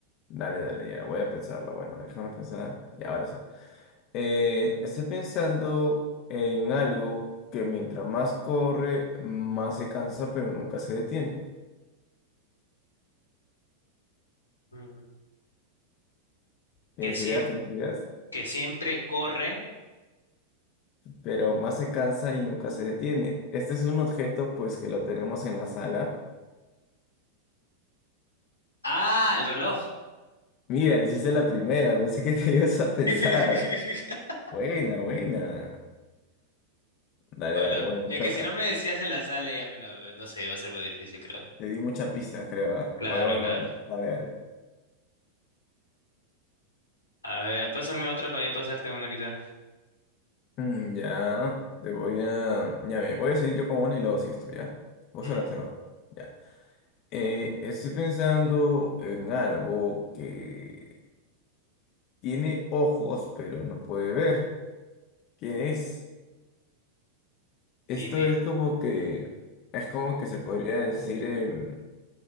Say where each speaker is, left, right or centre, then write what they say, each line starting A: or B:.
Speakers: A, on the left (about 40°); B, on the left (about 80°).
A: Dale, dale, ya voy a pensarlo. Bueno, déjame pensar. Ya, ahora sí. Eh, estoy pensando en algo que mientras más corre, más se cansa, pero nunca se detiene.
B: Mm,
A: ¿Tienes
B: Que siempre,
A: ideas? ¿Tienes ideas?
B: que siempre corre.
A: Pero más se cansa y nunca se detiene. Este es un objeto, pues, que lo tenemos en la sala.
B: Ah, el reloj.
A: Mira, le hiciste la primera. Pensé que te <laughs> ibas a pensar.
B: <laughs>
A: Buena, buena. Dale,
B: O
A: dale.
B: lo-
A: Bueno, te
B: es
A: toca.
B: que si no me decías en la sala ya me lo, no sé, iba a ser algo difícil, creo.
A: Te di muchas pistas, creo. ¿ah?
B: Claro,
A: Bueno, bueno,
B: claro.
A: bueno. Dale, dale.
B: A ver, pásame otra para yo pasarte una ahorita.
A: Mm, ya, te voy a... Ya, ve, voy a seguir yo con una y luego si esto, ¿ya? Vos
B: Ujú.
A: la te Ya. Eh, estoy pensando en algo que tiene ojos, pero no puede ver. ¿Qué es? Esto
B: Tiene
A: es como que... Es como que se podría decir... em,